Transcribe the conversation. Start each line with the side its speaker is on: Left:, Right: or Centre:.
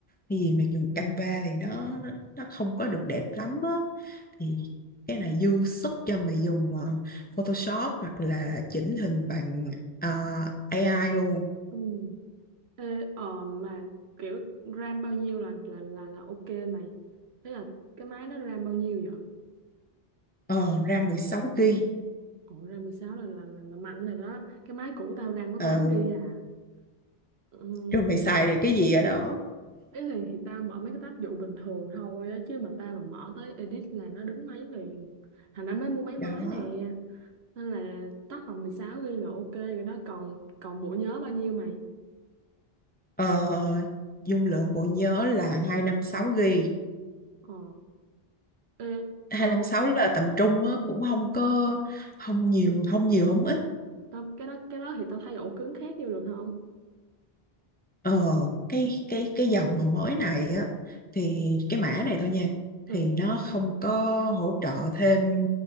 Left: Cái gì mà dùng Canva thì nó nó, nó không có được đẹp lắm á thì cái này dư sức cho mày dùng ờ, Photoshop hoặc là chỉnh hình bằng ờ, AI luôn
Right: ừ. Ê, ờ mà kiểu RAM bao nhiêu là là là là ok mày thế là cái máy đó RAM bao nhiêu vậy
Left: ờ ra 16 GB
Right: Ủa RAM 16 là là là, là mạnh rồi đó cái máy cũ tao RAM có
Left: ờ,
Right: 8 GB à ừ.
Left: rồi mày xài được cái gì ở đó
Right: Ý là thì tao mở mấy cái tab vụ bình thường thôi á, chứ mà tao mà mở tới edit là nó đứng máy liền. Thành ra mới mua máy mới
Left: đó
Right: nè. Nên là tác phẩm 16 ghi là ok rồi đó, còn còn bộ nhớ bao nhiêu mày?
Left: ờ, dung lượng bộ nhớ là 256 GB
Right: Ờ. Ê,
Left: 256
Right: ờ,
Left: là tầm trung á cũng không có không nhiều không nhiều không ít
Right: tao cái đó cái đó thì tao thay ổ cứng khác vô được không?
Left: Ờ, cái cái cái dòng mà mới này á thì cái mã này thôi nha
Right: Ừ.
Left: thì nó không có hỗ trợ thêm